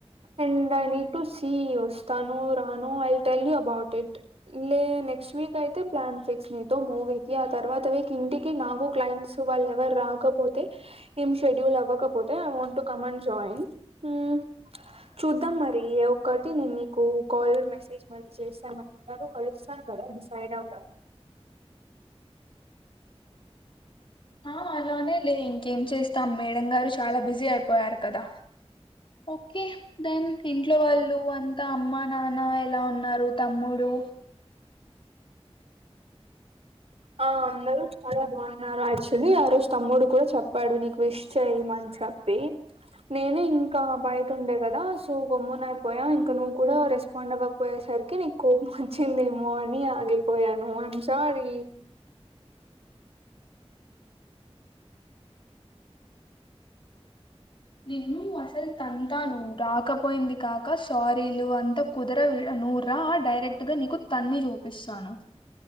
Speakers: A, on the right; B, on the left.
A: అండ్ ఐ ఇ టు సి వస్తాను రాను I'll tell you about it లే నెక్స్ట్ వీక్ అయితే ప్లాన్ ఫిక్స్ నతో మూవికి ఆ తర్వాత ఇంటికి నాకు క్లయింట్స్ వాళ్ళు ఎవరు రాకపోతే ఏం షెడ్యూల్ అవ్వకపోతే ain't to come and join um చూద్దాం మరి ఒటి నేను నీకు కాాలర్ మెసేజ్ మ చేస్తా కలుస్తాను కదా డిసైడ్ అవధం
B: ఆ అలానే లే ఇంకేం చేస్తాం మేడం గారు చాలా బిజీ అయిపో పోయారు కదా ఓకే దెన్ ఇంట్లో వాళ్ళు అంత అమ్మ నాన్న ఎలా ఉన్నా ఉన్నారు తమ్ముడు
A: ఆ అందరూ చాలా బాగున్నారు యాక్చువల్లీ ఆ రోజు తమ్ముడు కూడా చెప్పాడు నీకు విష్ చేయ్యమని చెప్పి నేను ఇంకా బయట ఉండే కదా సో గమ్మున అయిపోయా ఇంకా నువ్వు కూడా రెస్పాండ్ అవ్వ పోయేసరికి నీకు కోపం వచ్చిందేమో అని ఆగిపోయాను ఐ యామ్ సారీ
B: నిన్ను అసలు తంతాను రాకపోయింది కాక సారీలు అంత కుదరవ్ ఇడ నువ్ రా డైరెక్ట్గా నీకు తన్ని చూపిస్తాను